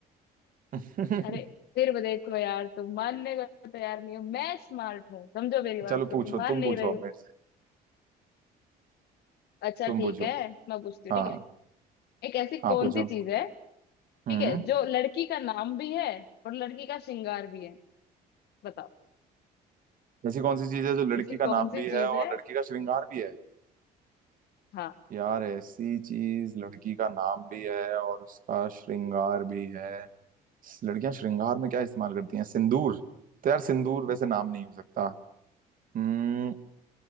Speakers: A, on the right; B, on the left.
A: हूँ
B: अरे फिर भी देखो यार तुम मानने को तो तैयार नहीं हो मैं स्मार्ट हूँ समझो
A: <laughs>
B: मेरी बात
A: चलो
B: को
A: पूछो
B: तुम मान
A: तुम
B: नहीं
A: पूछो
B: रहे
A: अब
B: हो
A: मेरे से
B: अच्छा
A: तुम
B: ठीक
A: पूछो
B: है मैं पूछती हूँ
A: हाँ
B: ठीक है एक ऐसी कौन
A: हाँ पूछो
B: सी चीज है
A: हम्म
B: ठीक है जो लड़की का नाम भी है और लड़की का श्रृंगार भी है बताओ
A: ऐसी कौन सी चीज है जो लड़की
B: ऐसी कौन
A: का नाम भी
B: सी चीज
A: है और
B: है
A: लड़की का श्रृंगार भी है
B: हाँ
A: यार ऐसी चीज लड़की का नाम भी है और उसका श्रृंगार भी है लड़कियां श्रृंगार में क्या इस्तेमाल करती हैं सिंदूर तो यार सिंदूर वैसे नाम नहीं हो सकता हम्म